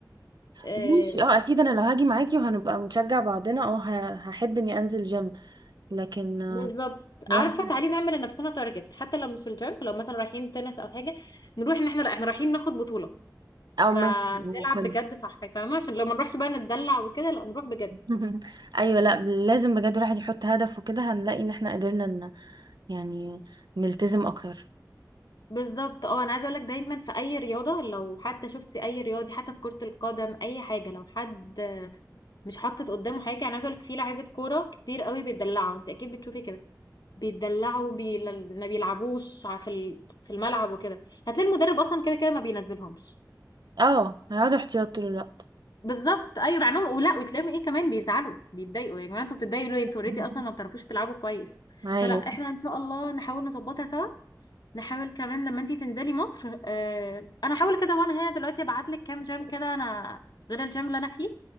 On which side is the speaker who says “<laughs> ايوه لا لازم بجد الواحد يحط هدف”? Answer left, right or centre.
Right